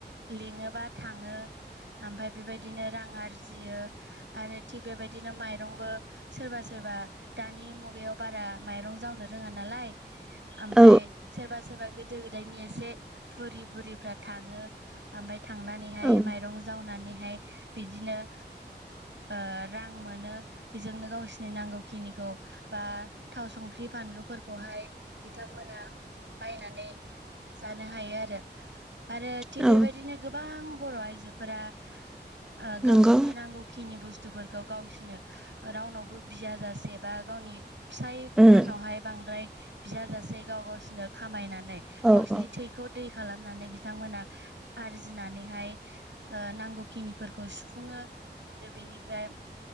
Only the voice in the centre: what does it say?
औ
औ
औ
नंगौ
उम
औ
औ